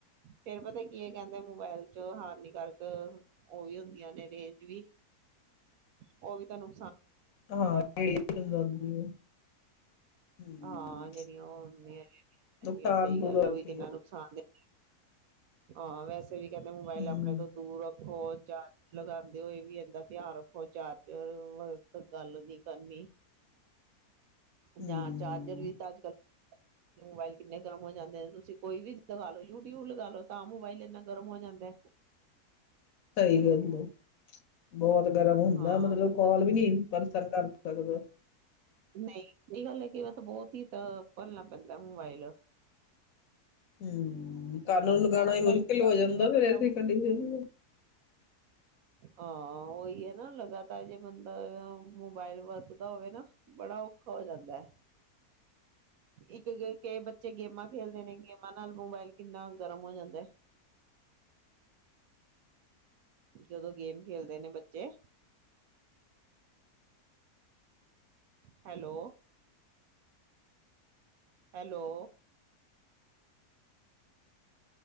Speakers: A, on the right (about 70°); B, on the left (about 65°).
A: ਫੇਰ ਪਤਾ ਕੀ ਹੈ ਕਹਿੰਦੇ ਮੋਬਾਇਲ 'ਚ ਹਾਨੀਕਾਰਕ ਉਹ ਵੀ ਹੁੰਦੀਆਂ ਨੇ ਰੇਂਜ ਵੀ, ਉਹ ਵੀ ਤੁਹਾਨੂੰ
B: <unintelligible> ਹਮ
A: ਹਾਂ ਜਿਹੜੀਆਂ ਉਹ ਹੁੰਦੀਆਂ ਰਹਿੰਦੀਆਂ,
B: ਦੁਕਾਨ
A: ਸਹੀ
B: ਬੁਰਾ
A: ਗੱਲ ਉਹ
B: ਹੁੰਦੀ
A: ਵੀ ਕਿੰਨਾ
B: ਹੈ
A: ਨੁਕਸਾਨ ਦਿੰਦੀਆਂ। ਹਾਂ ਵੈਸੇ ਵੀ ਕਦੇ ਮੋਬਾਈਲ
B: ਹਮ
A: ਆਪਣੇ ਤੋਂ ਦੂਰ ਰੱਖ ਹੋਰ ਚਾਰਜਰ ਲਗਾਉਂਦੇ ਹੋਏ ਵੀ ਇੰਦਾ ਧਿਆਨ ਰੱਖੋ ਚਾਰਜਰਸਤ ਗੱਲ ਨੀ ਕਰਨੀ।
B: ਹਮ
A: ਜਾਂ ਚਾਰਜਰ ਵੀ ਤਾਂ ਅੱਜ ਕੱਲ ਮੋਬਾਇਲ ਕਿੰਨੇ ਗਰਮ ਹੋ ਜਾਂਦੇ ਨੇ ਤੁਸੀਂ ਕੋਈ ਵੀ ਦਿਖਾ ਲੋ। ਯੂਟਿਊਬ ਲਗਾ ਲੋੋ ਤਾਂ ਮੋਬਾਈਲ ਇੰਨਾ ਗਰਮ ਹੋ ਜਾਂਦਾ ਏ।
B: ਸਹੀ ਗੱਲ ਹੈ ਬਹੁਤ ਗਰਮ ਹੁੰਦਾ
A: ਹਾਂ
B: ਮਤਲਬ
A: ਬੰਦਾ
B: ਕੋਲ ਵੀ ਨੀ ਪਰਸਰ ਕਰ। <unintelligible>
A: ਨਹੀਂ ਇਹ ਗੱਲ ਹੈ ਕ ਵਾਰ ਤਾਂ ਬਹੁਤ ਹੀ ਤਾਂ ਭਰਨਾ ਪੈਂਦਾ ਮੋਬਾਇਲ
B: ਹੂੰ, ਘਰ ਨੂੰ ਲੱਗਾਨਾ
A: ਹਾਂ
B: ਮੁਸ਼ਕਿਲ ਹੋ ਜਾਂਦਾ ਫੇਰ ਐਸੀ ਕੰਡੀਸ਼ਨ ਚ
A: ਹਾਂ ਉਹੀ ਹੈ ਨਾ ਲਗਾਤਾਰ ਜੇ ਬੰਦਾ ਮੋਬਾਇਲ ਵਰਤਦਾ ਹੋਵੇ ਨਾ, ਬੜਾ ਔਖਾ ਹੋ ਜਾਂਦਾ ਐ, ਇੱਕ ਕਈ ਬੱਚੇ ਗੇਮਾਂ ਖੇਲਦੇ ਨੇ, ਗੇਮਾਂ ਨਾਲ ਮੋਬਾਇਲ ਕਿੰਨਾ ਗਰਮ ਹੋ ਜਾਂਦਾ ਐ। ਜਦੋਂ ਗੇਮ ਖੇਲਦੇ ਨੇ ਬੱਚੇ, ਹੈਲੋ ਹੈਲੋ।